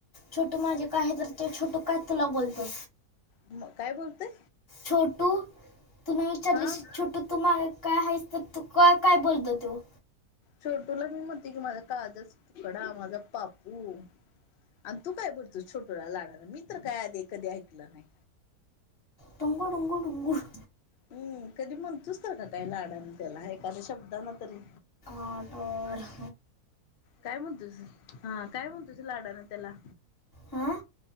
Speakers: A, on the left (about 15°); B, on the left (about 65°).
A: छोट माझे काय आहे तर तो छोटू काय तुला बोलतो..
B: म काय बोलतय?
A: छोटू, तू नाही चडलीस,
B: हा
A: छोटू तू मार काय आहेच तर तू का काय बोलतो तो?
B: छोटूला मी म्हणतोय की माझा काळजाचा तुकडा,, माझा पापू. आणि तू काय बोलतोस छोटूला लाडानं, मी तर्काय आधी कधी ऐकलं नाही.
A: तुंगू डुंगू डुंगूर
B: हम्म,, कधी म्हणतूस तर का काय लाडानं त्याला एखाद्या शब्दानं तरी‌.
A: आठ वर्ष
B: काय म्हणतुस,, हा काय म्हणतुस लाडानं त्यला?
A: हा